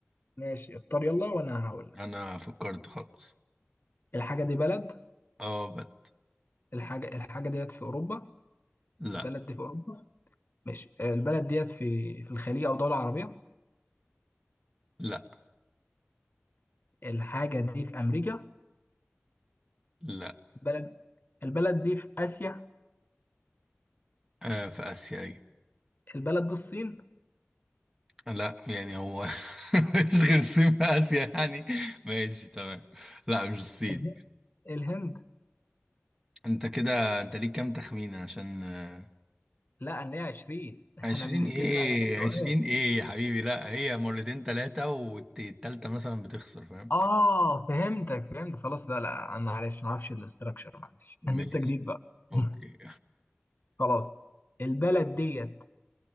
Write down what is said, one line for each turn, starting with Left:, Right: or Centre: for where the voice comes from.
Left: ماشي اختار يلا وانا هقول لك
Right: انا فكرت خلاص
Left: الحاجه دي بلد
Right: اه بد
Left: الحاجه الحاجه ديت في اوروبا
Right: لا
Left: البلد دي في اوروبا ماشي آه، البلد ديت في في الخليج او دوله عربيه
Right: لا
Left: الحاجه دي في امريكا
Right: لا
Left: البلد البلد دي في اسيا
Right: آه في اسيا ايوه
Left: البلد دي الصين
Right: لا يعني هو <laughs> مش غير الصين في اسيا يعني ماشي تمام لا مش الصين
Left: اله- الهند
Right: انت كده انت ليك كام تخمينه عشان آه،
Left: لا ان هي 20 احنا
Right: عشرين
Left: بنقفل
Right: ايه
Left: مع 20 سؤال
Right: عشرين ايه يا حبيبي لا هي مرتين تلاتة والتالتة مثلا بتخسر فاهم
Left: اه فهمتك فهمت خلاص لا لا انا معلش ما اعرفش الاستراكشر معلش
Right: ماشي
Left: <laughs> انا لسه جديد بقى
Right: اوكي
Left: <laughs> خلاص البلد ديت